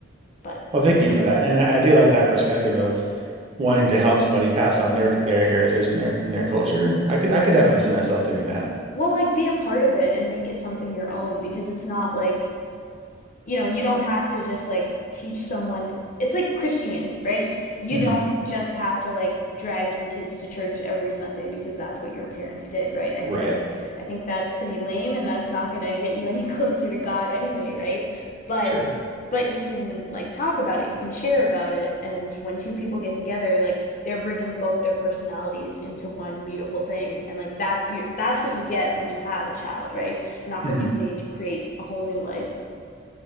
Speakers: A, on the left; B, on the right.
A: But
B: Well, thank you for that. And I I do like that perspective of wanting to help somebody pass on their their heritage and their and their culture. I could I could definitely see myself doing that.
A: well, like be a part of it and make it something your own because it's not like you know, you don't have to just like teach someone. It's like Christianity, right? You
B: hmm
A: don't just have to like drag your kids to church every Sunday because that's what your parents did, right? I
B: Right.
A: think I think that's pretty lame and that's not going to get you any <laughs> closer to God anyway, right? But
B: True.
A: but you can like talk about it, you can share about it, and when two people get together, like they're bringing both their personalities into one beautiful thing, and like that's you that's what you get when you have a child, right? An opportunity
B: Mhm.
A: to create a whole new life.